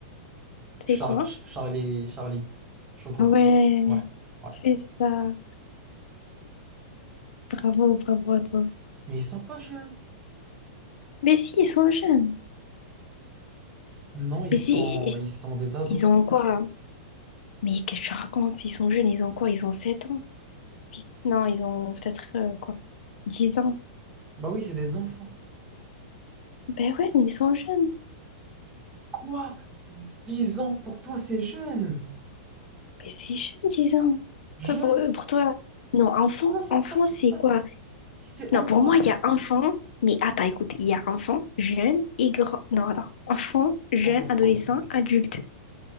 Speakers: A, on the right; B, on the left.
A: Char-
B: C'est quoi?
A: Ch- Charlie, Charlie, Chocolat.
B: Ouais,
A: Hmm. Ouais, ouais.
B: c'est ça. Bravo, bravo à toi.
A: Mais ils sont pas jeunes.
B: Mais si, ils sont jeunes.
A: Non, ils
B: Mais si,
A: sont, ils sont des ados.
B: ils ont quoi? hein Mais qu'est-ce que tu racontes? Ils sont jeunes, ils ont quoi? Ils ont 7 ans? huit Non, ils ont peut-être euh, quoi? 10 ans.
A: Bah oui, c'est des enfants.
B: Ben ouais, mais ils sont jeunes.
A: Quoi? 10 ans pour toi, c'est jeune.
B: Mais c'est jeune, 10 ans.
A: Jeune?
B: Toi, pour eux, pour toi. Non, enfant,
A: Non, ça,
B: enfant,
A: ça, ça,
B: c'est
A: ça,
B: quoi?
A: c'est enfant.
B: Non, pour moi, il y a enfant, mais attends, écoute, il y a enfant, jeune et grand. Non, attends. Enfant, jeune,
A: Catastrophique.
B: adolescent, adulte.